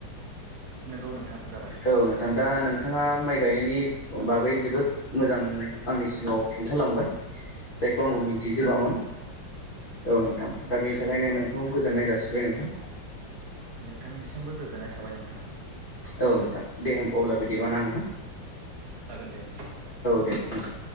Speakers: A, on the right; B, on the left.
A: नंगौ नोंथां जाबाय
B: औ
A: जाबाय
B: नोंथां दा नोंथाङा माइ गायनायनि
A: औ
B: बागै जोबोद मोजां आंनि सिमाव खिन्थालांबाय जायखौ आंबो
A: औ
B: मिथिजोबामोन
A: नंगौ नोंथां
B: औ नोंथां
A: नंगौ
B: दा बेनि थाखायनो
A: नंगौ
B: नोंखौ गोजोननाय जासि सिबाय नोंथां
A: नोंथांनिसिमबो गोजोननाय थाबाय नोंथां
B: औ नोंथां दे होम अब्ला बिदिबा ना नोंथां
A: जागोन दे नोंथां औ
B: दे नोंथां दे।